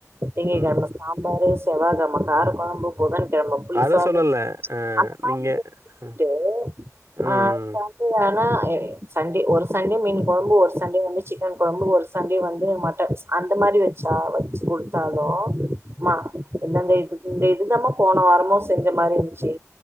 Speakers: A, on the right; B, on the right.
A: திங்க
B: ம்
A: கிழம சாம்பாரு செவ்வாகிழம காரகுழம்பு புதன்கிழம புளிசாதோ
B: அத சொல்லல அ
A: அந்த மாரி
B: நீங்க
A: செஞ்சு குடுத்துட்டு
B: ம் ம்
A: அ ஆனா சண்டே ஒரு சண்டே மீன் குழம்பு ஒரு சண்டே வந்து சிக்கன் குழம்பு ஒரு சண்டே வந்து மட்டன் அந்த மாரி வச்சா வச்சு கொடுத்தாலு அம்மா என்னந்த இது இந்த இதுதாமா போன வாரமு செஞ்ச மாரி இருந்துச்சு